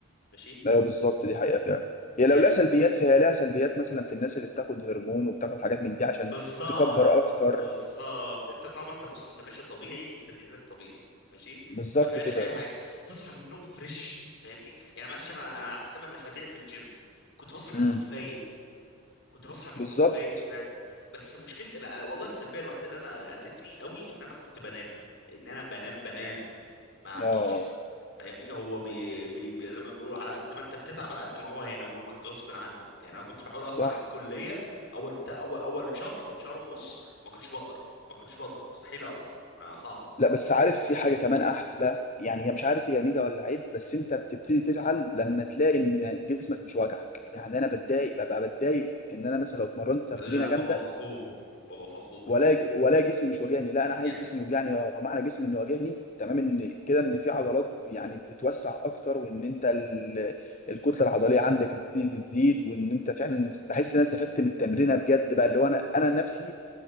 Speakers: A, on the left (about 55°); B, on the left (about 35°).
A: ماشي
B: ايوه بالظبط دي حقيقة فعلا هي
A: فاهمني؟
B: لو لها سلبيات فهي لها سلبيات مثلا في الناس اللي بتاخد هرمون وبتاخد حاجات من دي عشان
A: بالظبط
B: تكبر اكتر
A: بالظبط انت طالما انت بص انت ماشي طبيعي انت دنيتك طبيعي ماشي
B: بالظبط
A: ما فيهاش
B: كده
A: اي حاجه تصحى من النوم فريش فاهمني يعني معلش انا انا قعدت 8 اسابيع في الجيم كنت بصحى من
B: مم.
A: النوم فايق كنت بصحى من
B: بالظبط
A: النوم فايق فعلا بس مشكلة لا، والله السلبية الوحيدة اللي انا اذتني قوي ان انا كنت بنام ان انا بنام بنام ما فيش
B: اه
A: فاهمني هو بي بي بي- زي ما بيقولوا على قد ما انت بتتعب على قد ما هو هينومك غصب عنك يعني انا كنت بحاول
B: صح
A: اصحى للكلية اول اول اول شهر او شهر ونص ما كنتش بقدر ما كنتش بقدر مستحيل اقدر آه، صعبة
B: لا بس عارف في حاجة كمان احلى يعني هي مش عارف هي ميزة ولا عيب بس انت بتبتدي تزعل لما تلاقي ان جسمك مش واجعك يعني انا بتضايق ببقى بتضايق ان انا مثلا لو اتمرنت تمرينة
A: لا بابا
B: جامدة
A: فخور بابا فخور
B: ولا ج- ولا جسمي مش واجعني لا انا عايز
A: يا
B: جسمي يوجعني ومعنى جسمي انه واجعني تمام ان كده ان في عضلات يعني بتتوسع اكتر وان انت ال- الكتله العضليه عندك بتبتدي تزيد وان انت فعلا بحس ان انا استفدت من التمرينه بجد بقى اللي هو انا انا نفسي